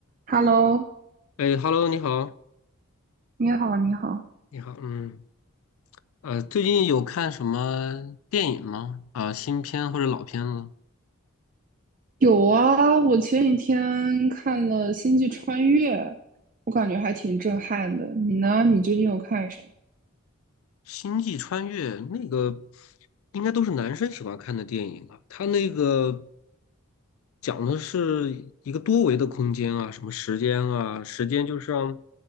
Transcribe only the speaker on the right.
Hello，
你好，你好。
有啊，我前几天看了《星际穿越》，我感觉还挺震撼的。你呢？你最近有看什么？